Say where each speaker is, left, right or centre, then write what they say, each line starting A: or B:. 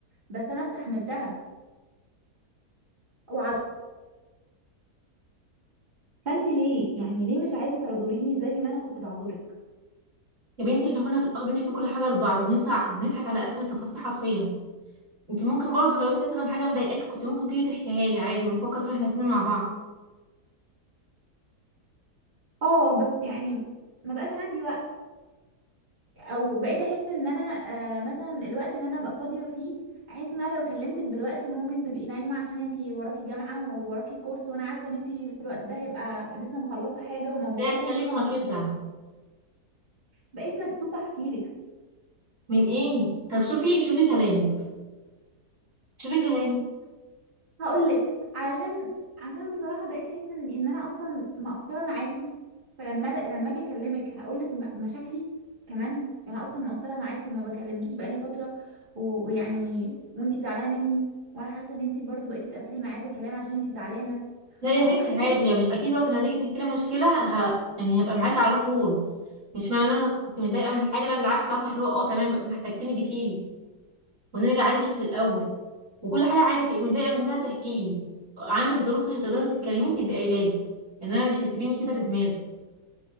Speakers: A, on the right; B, on the right.
A: بس انا استحملتها وع- فانت ليه يعني ليه مش عايزه تعذريني زي ما انا كنت بعذرك
B: يا بنتي احنا كنا في الاول بنحكي كل حاجه لبعض وبنضحك بنضحك على اسفل التفاصيل حرفيا انت ممكن برضه لو انت مثلا حاجه مضايقاك كنت ممكن تيجي تحكيها لي عادي ونفكر فيها احنا الاثنين مع بعض
A: اه بس يعني ما بقاش عندي وقت او بقيت احس ان انا آه مثلا الوقت اللي انا ابقى فاضيه فيه احس ان انا لو كلمتك دلوقتي ممكن تبقي نايمه عشان انتي وراكي جامعه ووراكي كورس وانا عارفه ان انتي في الوقت ده هيبقى لسه مخلصه حاجه ومضغوطه
B: لا اتكلمي ومالكيش دعوه
A: بقيت مكسوفه احكيلك
B: من ايه طب شوفي شوفي كلامك شوفي كلامك
A: هقول لك علشان عشان بصراحه بقيت احس ان ان انا اصلا مقصره معاكي فلما لما اجي اكلمك هقول لك مشاكلي كمان انا اصلا مقصره معاكي وما بكلمكيش بقالي فتره و- ويعني وانتي زعلانه مني وانا حاسه ان انتي برضو بقيتي تقفلي معايا في الكلام عشان انتي زعلانه
B: لا
A: فهقوم
B: يا بنتي
A: احكي
B: عادي
A: لك
B: يعني اكيد وقت ما تيجي تحكي لي مشكله ه... يعني هبقى معاكي على طول مش معنى ان انا كنت متضايقه من حاجه لا بالعكس هفرح اللي هو اه تمام وقت ما احتجتيني جيتيلي ونرجع عادي شكل الاول وكل حاجه عادي تبقي متضايقه منها تحكي لي عندك ظروف مش هتقدري تتكلمي تبقي قايله لي ان انا مش هيسيبيني كده لدماغي